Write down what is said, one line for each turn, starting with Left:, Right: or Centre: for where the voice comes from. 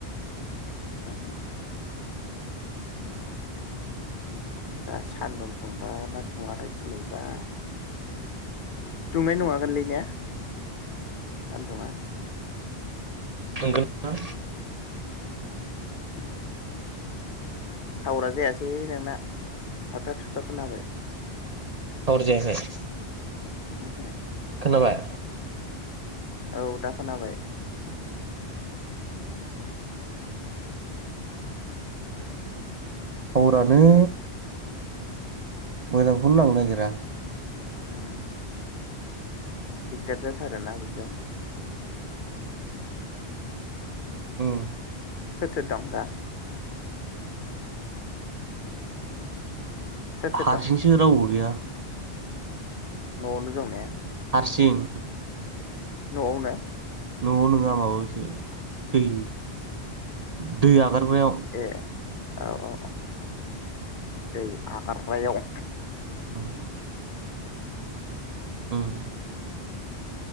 Left: <unintelligible> दा सान्दुं दुंबा ना दुङाथाय दिनैबा दुंनाय नङागोनलै ना सान्दुंआ
Right: दुंगोन दां
Left: <inaudible> थावरा जायासै नोंना थाब्था थुब्था खोनाबाय।
Right: थावार जायाखै
Left: उमहो
Right: खोनाबाय?
Left: औ दा खोनाबाय।
Right: थावरानो मोजांखौनो नांनो नागिरा
Left: ओन थिकदार जाथारो ना बिदिआव
Right: उम
Left: सोर सोर दं दा? सोर सोर
Right: हारसिंसो
Left: दं
Right: रावबो गैया।
Left: न'आवनो दं ने?
Right: हारसिं।
Left: न'आवावनो।
Right: न'आव नङा माबायावसो दै दै हागारग्रायाव
Left: ए औ औ औ दै आगारग्रायाव।
Right: उम। उम।